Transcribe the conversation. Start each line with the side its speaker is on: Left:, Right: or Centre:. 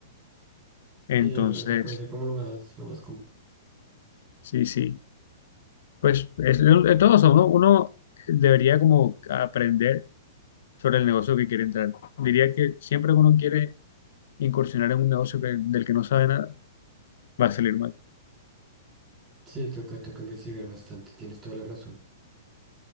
Left: Entonces,
Right: sí, eso, eso puede ser como lo más, lo más... complejo.
Left: sí, sí. Pues es, es todo eso, ¿no? Uno debería como aprender sobre el negocio que quiere entrar. Diría que siempre que uno quiere incursionar en un negocio que- del que no sabe nada, va a salir mal.
Right: Sí, toca, toca investigar bastante, tienes toda la razón.